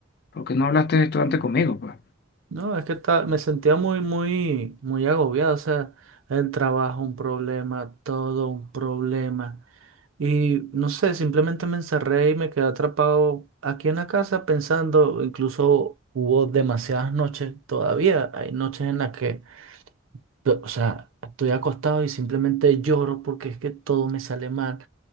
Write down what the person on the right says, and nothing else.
No, es que ta- me sentía muy, muy, muy agobiado. O sea, el trabajo, un problema, todo un problema. Y no sé, simplemente me encerré y me quedé atrapado aquí en la casa pensando, incluso hubo demasiadas noches, todavía hay noches en las que, yo- o sea, estoy acostado y simplemente lloro porque es que todo me sale mal,